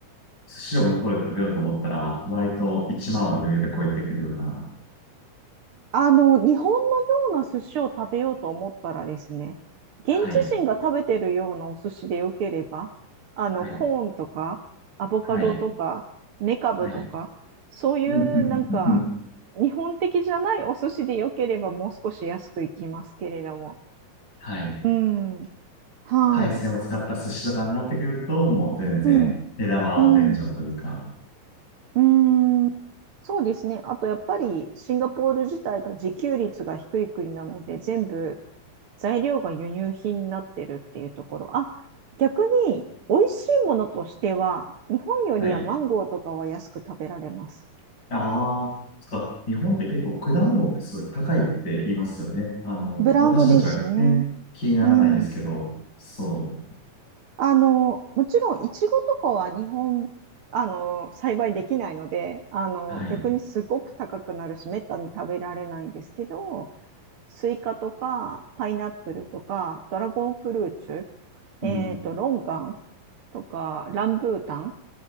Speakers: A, on the left; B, on the right.
A: 寿司を向こうで食べようと思ったら、割と1万は余裕で超えてくるような。
B: あの、日本のような寿司を食べようと思ったらですね、現地人が食べてるようなお寿司でよければ、
A: はい。
B: あの、
A: はい。
B: コーンとか、アボカドとか、
A: はい。
B: メカブとか、
A: はい。
B: そういうなんか、
A: うん
B: 日本的じゃないお寿司でよければ、もう少し安くいきますけれども。
A: はい。
B: うん。はい。
A: 海鮮を使った寿司とかになってくると、もう全然、
B: うん。
A: 値段はお天井というか。
B: うん。うーん。そうですね。あと、やっぱり、シンガポール自体が自給率が低い国なので、全部、材料が輸入品になってるっていうところ。あ、逆に美味しいものとしては、日本よりはマンゴーとかは安く食べられます。
A: はい。ああ、そっか。日本って結構果物ってすごい高いって言いますよね。あの、
B: ブランドですね。
A: 私たちはね、気にならないですけど、
B: うん。
A: そう。
B: あの、もちろん、いちごとかは日本、あの、栽培できないので、あの、
A: はい。
B: 逆にすごく高くなるし、めったに食べられないんですけど、スイカとか、パイナップルとか、ドラゴンフルーツ、
A: うん。
B: えっと、ロンガンとか、ランブータン